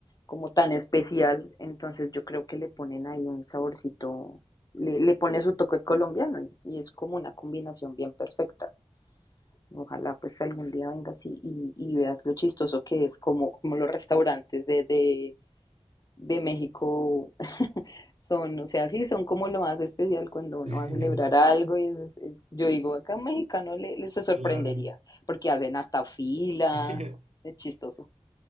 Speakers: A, on the left; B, on the right.
A: como tan especial, entonces yo creo que le ponen ahí un saborcito, le, le pone su toque colombiano y y es como una combinación bien perfecta. Ojalá pues algún día vengas y, y, y veas lo chistoso que es, como, como los restaurantes de, de, de México <laughs> son, o sea, sí, son como lo más especial cuando uno
B: <laughs>
A: va a celebrar algo y es, es- yo digo, acá un mexicano le, les se sorprendería,
B: Claro.
A: porque hacen hasta fila,
B: <laughs>
A: es chistoso.